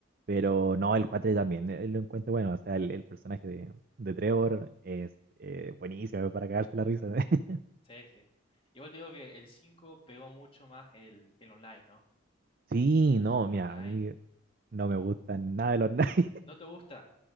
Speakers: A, on the right (about 45°); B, on the left (about 30°).
A: Pero no, el 4 también, eh, lo encuentro bueno, o sea, el, el personaje de, de Trevor es eh, buenísimo para cagarse la risa. <laughs>
B: Sí, sí. Igual te digo que el 5 pegó mucho más el, el online, ¿no?
A: Sí, no,
B: El
A: mira,
B: online.
A: a mí no
B: Y
A: me
B: vo-
A: gustan nada de los <laughs>
B: ¿No te gusta?